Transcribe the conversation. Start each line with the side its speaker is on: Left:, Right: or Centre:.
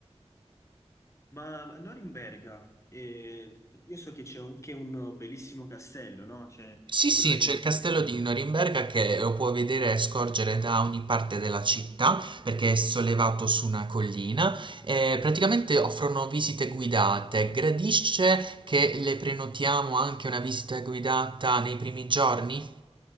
Left: Ma Norimberga, eh, io so che c'è anche un bellissimo castello, no? C'è
Right: Sì, sì,
Left: quello, eh,
Right: c'è
Left: eh,
Right: il castello di Norimberga che lo puoi vedere e scorgere da ogni parte della città perché è sollevato su una collina e praticamente offrono visite guidate. Gradisce che le prenotiamo anche una visita guidata nei primi giorni?